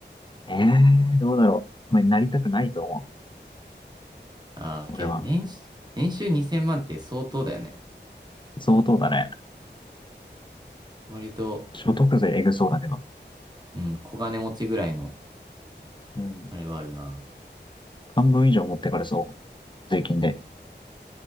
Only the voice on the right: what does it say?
ああ、
けど、
年収、年収2000万って相当だよね。
割と、
うん、小金持ちぐらいの、
あれはあるな。